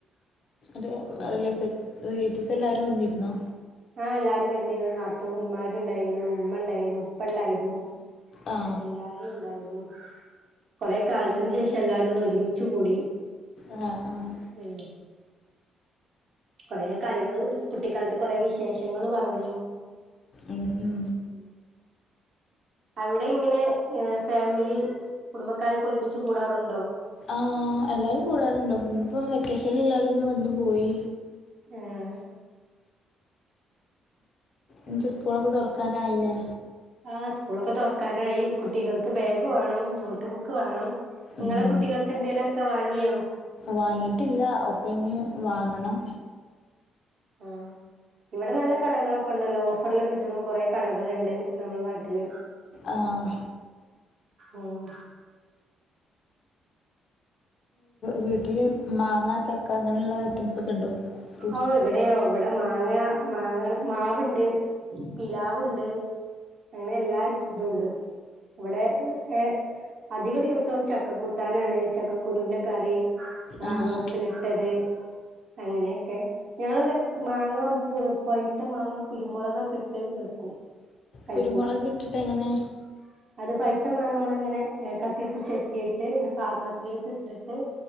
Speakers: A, on the left; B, on the right.
A: റ് വ്
B: ഉം
A: അ റിലെസെറ്റ് റിലേറ്റീവ്സ് എല്ലാരും വന്നിര്ന്നോ
B: ആഹ് എല്ലാരും വെന്നിരുന്നു നാത്തൂ ഇമ്മാര് ഇണ്ടായിരുന്നു ഇമ്മ ഇണ്ടായിരുന്നു ഉപ്പ ഇണ്ടായിരുന്നു
A: ആ
B: എല്ലാരും ഇണ്ടായിരുന്നു കാെറെേ കാലത്തിന് ശേഷം എല്ലാവരും ഒന്ന് ഒരുമിച്ച്കൂടി
A: ആഹ് ആഹ്
B: ഉം കാെറേ കാര്യങ്ങള് കുട്ടിക്കാലത്ത് കൊറേ വിശേഷങ്ങള് പറഞ്ഞു
A: ഉം ഉം
B: ഉം അവിടെ ഇങ്ങനെ ഹ് ഫാമിലി കുടുംബക്കാരൊക്കെ ഒരുമിച്ച് കൂടാറുണ്ടോ
A: ആഹ്‌ എല്ലരും കൂടാറ്ഇണ്ടോ ഇപ്പോ വെക്കേഷൻല് എല്ലാരും ഒന്ന് വന്നു പോയി
B: ഏഹ്
A: എന്ത്റ് സ്കൂളൊക്കെ താെറക്കാനായിലെ
B: ആഹ്‌ സ്കൂളൊക്കെ തെറക്കാരായി കുട്ടികൾക്ക് ബാഗ് വാണം നോട്ട് ബുക്ക് വാണം ഇങ്ങളെ
A: ഉം.
B: കുട്ടികൾക്ക് എന്തേലക്ക വാങ്ങിയോ
A: വാങ്ങിയിട്ടില്ല ഒപ്പെ ഇഞ്ഞ് വാങ്ങണം
B: ആഹ്‌ ഇവിടെ നല്ല കടകളൊക്കെ ഉണ്ടല്ലോ ഓഫറിൽ കിട്ടുന്ന കുറെ കടകളുണ്ട് നമ്മുടെ നാട്ടില്
A: ആഹ്‌
B: ഉം
A: വീട്ടില് മാങ്ങ ചക്ക അങ്ങനെയുള്ള ഐറ്റംസ് ഒക്കെ ഉണ്ടോ ഫ്രൂട്ട്സ്
B: ഓഹ്‌ ഇവിടെയോ ഇവിടെ മാങ്ങ മാങ്ങ മാവുണ്ട് പിലാവുണ്ട് അങ്ങനെ എല്ല ഇതുണ്ട് ഇവിടെ ഏഹ്‌ അധിക ദിവസവും ചക്കക്ക കുട്ടാനാണ് ചക്കക്കുരുവിന്റെ കറി മാങ്ങ
A: ആ
B: ഉപ്പിലിട്ടത്
A: ആ
B: അങ്ങനെ ക്കെ ഞങ്ങളിവിടെ മാങ്ങ പഴുത്ത മാങ്ങ കുരുമുളകൊക്കെ ഇട്ട് വെക്കും കഴിക്കും
A: കുരുമുളക് ഇട്ടിട്ട് എങ്ങനെ
B: <inaudible> അത് പൈത്തമാങ്ങാ നമ്മള ഇങ്ങനെ കത്തിടുത്ത് ചെത്തിയിട്ട് ഒരു പാത്രത്തിലേക്ക് ഇട്ടിട്ട്